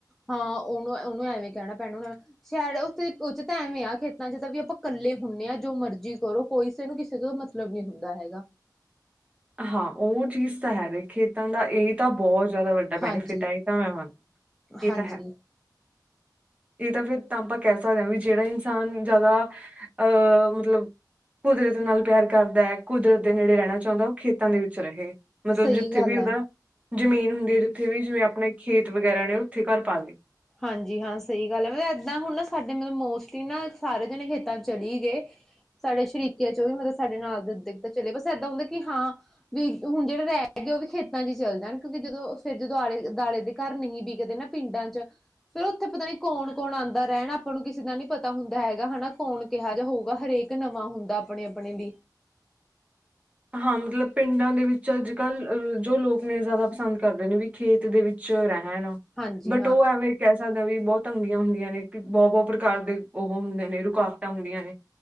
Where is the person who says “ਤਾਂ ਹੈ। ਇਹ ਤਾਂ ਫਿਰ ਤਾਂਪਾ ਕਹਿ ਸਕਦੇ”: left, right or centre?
Right